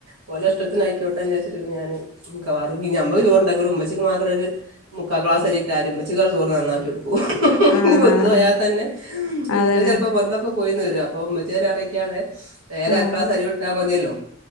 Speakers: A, on the right; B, on the left.
A: പോല ഇഷ്ടത്തിന ആയ്ക്കോട്ടെന്ന് ചാദച്ചിട്ട ഞാൻ മിക്കവാറ ഞമ്മക്ക് ചോറുണ്ടാക്ക ഒരു ഉമ്മച്ചക്ക് മാത്രം ഒരു മുക്കാ ക്ലസ് അരീ ഇട്ടാലും പച്ചുങ്ങൾ ചോറ് നന്നാക്കിടുും ഓനി
B: ആഹ്
A: കൊന്ത പോയാൽ തന്നെ
B: അതാണ്
A: ഇന്ത ചിലപ്പോ ബന്തൊക്കെ പോയിന്ന അപ്പൊ ച അറിയിക്കാണ് ഏകക്ലാസ്
B: ആഹ്
A: അരി വിട്ടാൻ മതിയല്ലോ